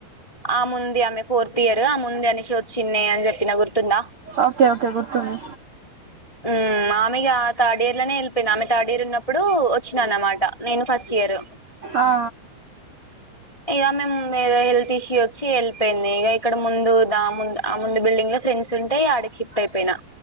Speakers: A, on the left (about 15°); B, on the right (about 65°).
A: ఆముంది ఆమె ఫోర్త్ ఇయర్ ఆముందనేది వచ్చిన్నే అని చెప్పిన గుర్తుందా
B: ఓకే ఓకే గుర్తుంది
A: <inaudible> ఉమ్ ఆమిగా థర్డ్ ఇయర్ లనే వెళ్ళిపోయింది, ఆమె థర్డ్ ఇయర్ ఉన్నప్పుడు వచ్చినా అన్నమాట నేను ఫస్ట్ ఇయర్.
B: ఆ ఆ
A: ఇగ మేము హెల్త్ ఇష్యూ వచ్చి వెళ్ళిపోయింది, ఇగ ఇక్కడ ముందు దా ముం ఆ ముందు బిల్డింగ్ లో ఫ్రెండ్స్ ఉంటె ఆడికి షిఫ్ట్ అయిపోయినా.